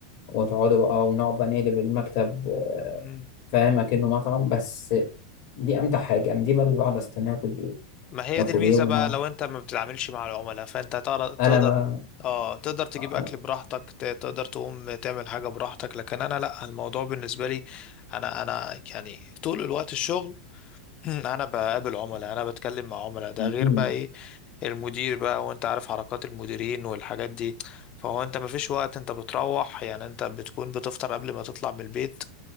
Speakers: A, on the left (about 50°); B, on the left (about 30°).
A: وتقعدوا بقى ونقعد بقى نقلب المكتب
B: ده
A: فاهم اكنه مطعم بس دي امتع حاجه انا دي بقى اللي بقعد استناها كل يوم
B: ما هي
A: ناكل
B: دي الميزة
A: ايه ونقعد
B: بقى لو انت ما بتتعاملش مع العملاء فانت هتقدر تقدر
A: انا ما
B: اه تقدر تجيب
A: انا
B: اكل براحتك ت- تقدر تقوم تعمل حاجة براحتك لكن انا لا الموضوع بالنسبة لي انا انا يعني طول الوقت الشغل <clears throat> انا بقابل عملاء انا بتكلم مع عملاء ده غير
A: مم.
B: بقى ايه المدير بقى وانت عارف حركات المديرين والحاجات دي فهو انت مفيش وقت انت بتروح يعني انت بتكون بتفطر قبل ما تطلع من البيت